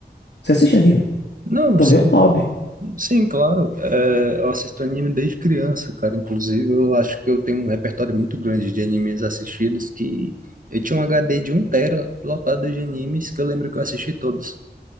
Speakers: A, on the left; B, on the right.
A: Você assiste anime?
B: Não,
A: Também
B: sim,
A: é um hobby.
B: sim, claro. É, eu assisto anime desde criança, cara. Inclusive, eu acho que eu tenho um repertório muito grande de animes assistidos que eu tinha um HD de um tera lotado de animes que eu lembro que eu assisti todos,